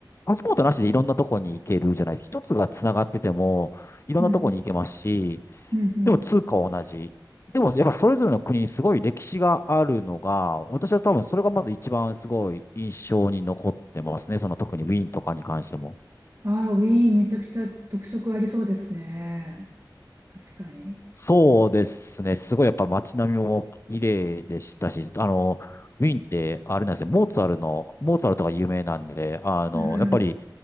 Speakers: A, on the left (about 35°); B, on the right (about 40°).
A: パスポートなしでいろんなとこに行けるじゃない、一つがつながっててもいろんなとこに行けますし、
B: うんうんうんうん
A: でも通貨は同じ。でもやっぱそれぞれの国にすごい歴史があるのが、私は多分それがまず一番すごい印象に残ってますね。その特にウィーンとかに関しても。
B: ああ、ウィーンめちゃくちゃ特色ありそうですね。確かに。
A: そうですね。すごいやっぱ街並みも綺麗でしたし、あの、ウィーンってあれなんですね、モーツァルの、モーツァルトが有名なんで、あの、
B: うんうん。
A: やっぱり、